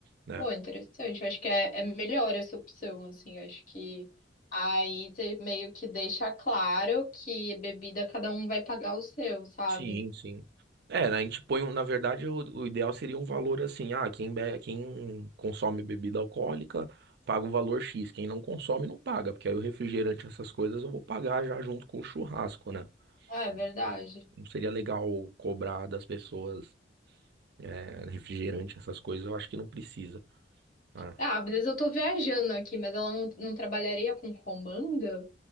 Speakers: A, on the right; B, on the left.
A: né?
B: Pô, interessante. Eu acho que é, é melhor essa opção, assim. Eu acho que aí você meio que deixa claro que bebida cada um vai pagar o seu, sabe?
A: Sim, sim. É, a gente põe, um- na verdade, o, o ideal seria um valor assim, ah, quem, be- quem consome bebida alcoólica paga o valor X, quem não consome não paga, porque aí o refrigerante, essas coisas eu vou pagar já junto com o churrasco, né?
B: Ah, é verdade.
A: Aí, ó, Não seria legal cobrar das pessoas é, refrigerante, essas coisas, eu acho que não precisa. tá?
B: Ah, às vezes eu tô viajando aqui, mas ela não, não trabalharia com comanda?